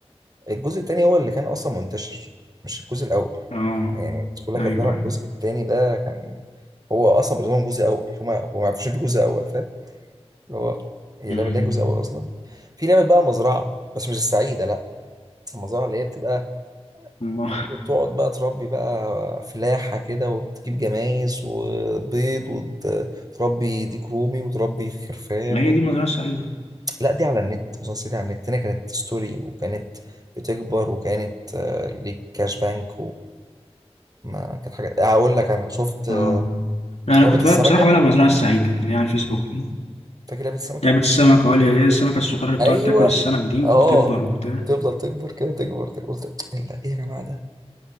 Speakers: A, on the right (about 35°); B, on the left (about 80°).
A: الجزء التاني هو اللي كان اصلا منتشر مش الجزء الاول
B: اه
A: يعني الناس كلها
B: ايوه
A: كانت بتلعب
B: ايوه
A: الجزء التاني ده كان هو اصلا بالنسبه لهم جزء اول هما هو ما يعرفوش في جزء اول فاهم اللي هو هي
B: مم.
A: لعبه اللي هي جزء اول اصلا في لعبه بقى المزرعه بس مش السعيده لا المزرعه اللي هي بتبقى
B: ما
A: بتقعد بقى تربي بقى فلاحه كده وتجيب جمايز وبيض وتربي ديك رومي وتربي خرفان
B: ما هي
A: و...
B: دي مزرعة سعيدة
A: لا دي على النت مسلسل دي على النت هنا كانت ستوري وكانت بتكبر وكانت آه، ليك كاش بانك ما كانت حاجة هقول لك انا شفت آه،
B: اه لا انا
A: لعبة
B: كنت
A: السمكة
B: بقى بصراحة بلعب مزرعة السعيدة اللي هي على الفيسبوك دي
A: فاكر لعبة السمكة
B: لعبة السمك اه اللي هي السمكة الصغيرة اللي
A: ايوه
B: بتقعد تاكل السمك دي وبتكبر
A: اه
B: وبتاع
A: تفضل تكبر كده تكبر تكبر. قلت لا ايه يا جماعة ده